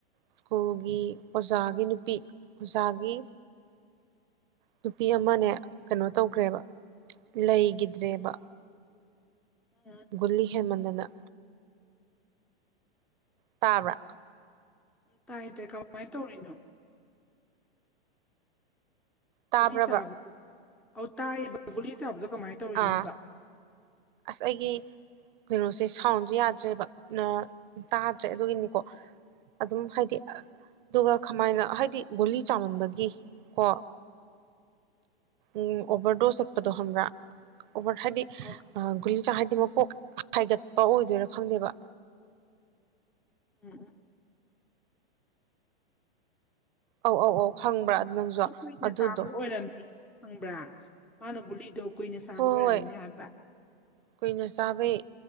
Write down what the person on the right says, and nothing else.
ꯁ꯭ꯀꯨꯜꯒꯤ ꯑꯣꯖꯥꯒꯤ ꯅꯨꯄꯤ ꯑꯣꯖꯥꯒꯤ ꯅꯨꯄꯤ ꯑꯃꯅꯦ ꯀꯩꯅꯣ ꯇꯧꯒ꯭ꯔꯦꯕ ꯂꯩꯒꯤꯗ꯭ꯔꯦꯕ
ꯒꯨꯂꯤ ꯍꯦꯟꯃꯟꯗꯅ ꯇꯥꯕ꯭ꯔꯥ
ꯇꯥꯕ꯭ꯔꯕ
ꯑꯥ ꯑꯥꯁ ꯑꯩꯒꯤ ꯀꯩꯅꯣꯁꯦ ꯁꯥꯎꯟꯁꯦ ꯌꯥꯗ꯭ꯔꯦꯕ ꯅꯥ ꯇꯥꯗ꯭ꯔꯦ ꯑꯗꯨꯒꯤꯅꯤꯀꯣ ꯑꯗꯨꯝ ꯍꯥꯏꯗꯤ ꯑꯗꯨꯒ ꯀꯃꯥꯏꯅ ꯍꯥꯏꯗꯤ ꯒꯨꯂꯤ ꯆꯥꯃꯟꯕꯒꯤ ꯀꯣ ꯎꯝ ꯑꯣꯚꯔꯗꯣꯁ ꯆꯠꯄꯗꯣ ꯈꯪꯕ꯭ꯔꯥ ꯑꯣꯕꯔ ꯍꯥꯏꯗꯤ
ꯒꯨꯂꯤ ꯆꯥ ꯍꯥꯏꯗꯤ ꯃꯀꯣꯛ ꯍꯥꯏꯒꯠꯄ ꯑꯣꯏꯗꯣꯏꯔꯥ ꯈꯪꯗꯦꯕ
ꯑꯧ ꯑꯧ ꯑꯧ ꯈꯪꯕ꯭ꯔꯥ ꯅꯪꯁꯨ
ꯑꯗꯨꯗꯣ
ꯍꯣꯏ
ꯍꯣꯏ
ꯀꯨꯏꯅ ꯆꯥꯕꯩ